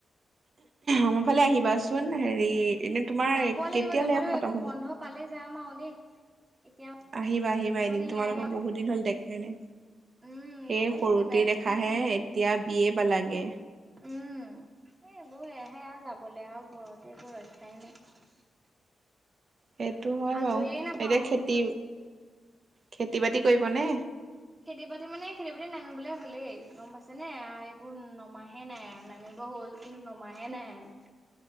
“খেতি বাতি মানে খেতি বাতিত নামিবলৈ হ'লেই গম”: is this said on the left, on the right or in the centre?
Right